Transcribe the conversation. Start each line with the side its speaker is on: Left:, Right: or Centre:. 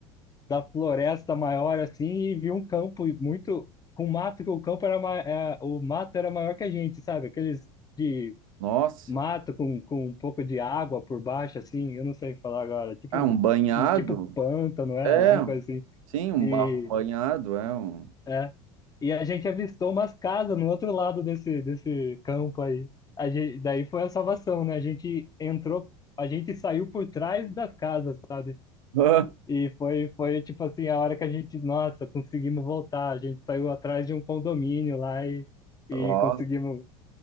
Left: da floresta maior assim e viu um campo muito. Com mato, que o campo era. ma- é, o mato era maior que a gente, sabe? Aqueles de
Right: Nossa.
Left: mato com, com um pouco de água por baixo, assim, eu não sei falar agora. Tipo
Right: Ah,
Left: um.
Right: um banhado?
Left: um Tipo pântano, é?
Right: É,
Left: Alguma coisa assim.
Right: sim, um
Left: E.
Right: barro banhado, é um.
Left: É. E a gente avistou umas casas no outro lado desse, desse campo aí. A gente, daí foi a salvação, né? A gente entrou, a gente saiu por trás das casas, sabe?
Right: <laughs>
Left: E foi, foi tipo assim, a hora que a gente, nossa, conseguimos voltar. A gente saiu atrás de um condomínio lá e, e
Right: Ah,
Left: conseguimos.
Right: Nossa,